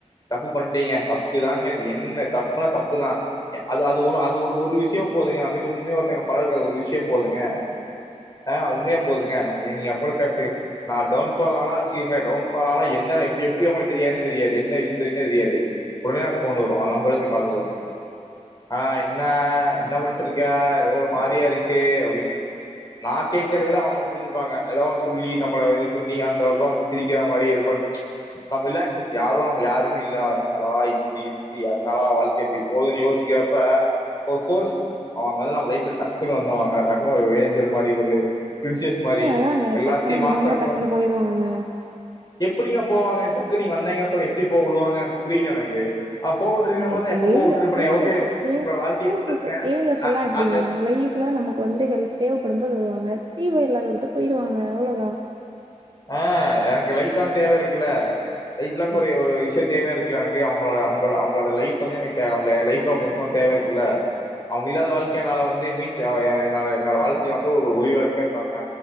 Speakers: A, on the left; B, on the right.
A: தப்பு பணட்டீங்க தப்பு தாங்க இது என்ன தப்புனா தப்புதா அது அது ஒரு அது ஒரு ஒரு விஷ்யோ போதுங்க நம்பீட்டு உண்மயா ஒருத்தவங்க பழகுற ஒரு விஷ்யோ போதுங்க ஆ உண்மயே போதுங்க நீங் அவுங்களோட பேசவே நான் டவுன்ஃபால் ஆனாச்சுங்களே டவுன்ஃபால் ஆனா என்ன எப்ப எப்புடி அவுங்களுக்கு தெரியாதுன்னே தெரியாது என்ன விஷ்யோம் தெரியுன்னே தெரியாது ஒடனே எனக் போன் வரும். அவ நம்பர்லேந்து கால் வரும் ஆ இன்ன இன்ன பண்ணிட்டு இருக்க ஒரு மாறியா இருக்கே அப்டியா நா கேக்றத விட அவுங்க புரிஞ்சுப்பாங்க ஏதாவ் ஒன்னு சொல்லி நம்மள இது பண்ணி அந்த பக்கம் வந்து சிரிக்கிற மாறி எது பண் நம்ம ரிலாக்சஸ் யாரும் நம்ம யாருமே இல்லடா என்னடா இப்டி இருக்கு என்னடா வாழ்க்க எப்டி போதுன்னு யோசிக்கிறப்ப ஒரு கோழிப் அவுங்க வந்து நம்ம லைஃப்ல டக்குன்னு வந்தவங்க டக்குன்னு ஏஞ்சல் மாரி ஒரு ‌‌‍ பரின்சசஸ மாரி
B: ஏங்க அதாங்க
A: எல்லாத்தையு
B: டக்குனு வந்தவங்க
A: மாத்தணு
B: டக்குனு போயிருவாங்கங்க.
A: எப்பிடிங்க போவாங்க டக்குன்னு நீங்க வந்தீங்க சொல்லி எப்டி போ வுடுவாங்க எனக்கு புரில எனக்கு அவன் போக விட்டுருக்கிற
B: இவ
A: மாதிரி
B: இப்ப
A: தான் எப்போ
B: ஏஞ்சல்
A: போக விட்டுருப்பேன்
B: ஏஞ்சல்
A: ஓகே
B: சொல்லு
A: உங்களோட
B: ஏஞ்
A: வாழ்க்கையை
B: ஏஞ்சல்
A: பாருங்க
B: சொல்லு ஏஞ்சல் செல்லா எப்டிங்க
A: ஜாலியா
B: அ லைஃப்ல நம்ம கொஞ்ச ஹேல்ப் தேவப்படும் போது வருவாங்க தேவ இல்லாத போது போயிருவாங்க அவ்ளோதா
A: ஆ எனக்கு லைஃப் லாங் தேவ இருக்குல்ல லைஃப் லாங் ஒரு
B: ஏ
A: ஒரு விஷ்யோ தேவயா இருக்குல்ல எனக்கு அவுங்களோட அவுங்கள அவுங்களோட லைஃப் வந்து எனக்கு தே அவுங்கள லைஃப்ல அவுங்க இருக்கனு தேவ இருக்கு இல்ல அவுங்க இல்லாத வாழ்க்கைய என்னால வந்து மீட் என்ன என்னோட வாழ்க்கைல வந்து ஒரு ஒளி விளக்கா இருக்காங்க